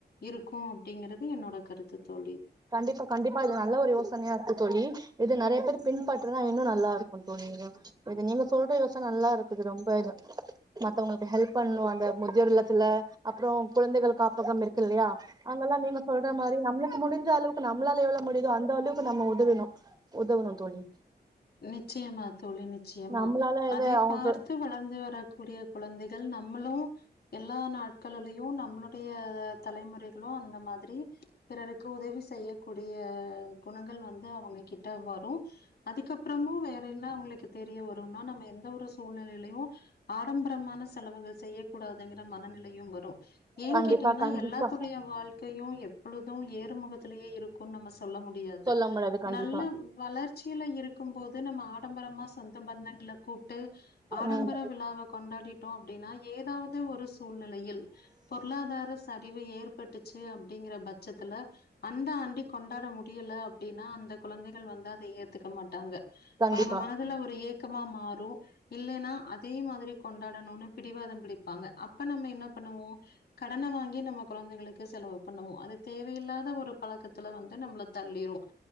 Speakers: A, on the left; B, on the right.
A: இருக்கும் அப்படிங்கறிறது என்னோட கருத்து தோழி
B: கண்டிப்பா கண்டிப்பா இது ஓரு நல்ல ஒரு யோசனையா இருக்கு தோழி இது நெறைய பேர் பின்பற்றுதா இன்னு நல்லா ருக்கும் தோழி இதாக்கா இது நீங்க சொல்ற யோசன நல்லா இருக்குது ரொம்ப இது மத்தவங்களுக்கு ஹெல்ப் பண்ணணு அந்த முதியோர் இல்லத்துல அப்றோ குழந்தைகள் காப்பகம் இருக்கு இல்லையா அங்கெல்லா நீங்க சொல்ற மாரி நம்ளுக்கு முடிஞ்ச அளவுக்கு நம்மளால எவ்ளோ முடியுதோ அந்த அளவுக்கு நம்ம உதவிணு உதவ்ணு தோழி
A: நிச்சயமா தோழி நிச்சயமா
B: நம்மளால எத
A: அதை
B: அவங்களுக்கு
A: பார்த்து வள் வளந்து வரக்கூடிய குழந்தைகள் நம்மளும் எல்லா நாட்களலயு நம்மளுடைய தலைமுறைகளும் அந்த மாதிரி பிறருக்கு உதவி செய்யக்கூடிய குணங்கள் வந்து அவங்க கிட்ட வரும் அதுக்கப் அப்றமு வேற என்ன அவங்களுக்கு தெரிய வரும்னா நம்ம எந்த ஒரு சூழ்நிலயிலையு ஆடம்பரமான செலவுகள் செய்ய கூடாதுங்கிற மனநிலையு வரு ஏங்
B: கண்டிப்பா
A: கேட்டீங்கன்னா
B: கண்டிப்பா
A: எல்லாத்துடைய வாழ்க்கையும் எப்பொழுதும் ஏறுமுகத்திலேயே இருக் க்கும் நம்ம சொல்ல முடியாது
B: சொல்ல முடியாது கண்டிப்பா
A: நல்ல வளர்ச்சியில இருக்கு க்கும் போது நம்ம ஆடம்பரமா சொந்த பந்தங்கள கூப்புட்டு ஆடம்பரம்
B: ம்
A: விழாவ கொண்டாடிட்டோ அப்டின்னா ஏதாவ்து த்து ஒரு சூழ்நிலையில் பொருளாதார சரிவு ஏற் பட்டுச்சு அப்டிங்கிற பச்சத்துல அந்த ஆண்டே கொண்டாட முடியல அப்படின்னா அந்த குழந்தைகள் வந்தா அத ஏத்துக்க மாட்டாங்க
B: கண்டிப்பா
A: அவங்க மனதுல ஒரு ஏக் கமா மாறும் இல்லைன்னா அதே மாதிரி கொண்டாடணுனு பிடிவாதம் பிடிப்பாங்க அப்ப நம்ம என்ன பண்ணுவோ கடன வாங்கி நம்ம குழந்தைகளுக்கு செலவு பண்ணுவோ அது தேவையில்லாத ஒரு பழக்கத்துல வந்து நம்மள தள்ளிரும்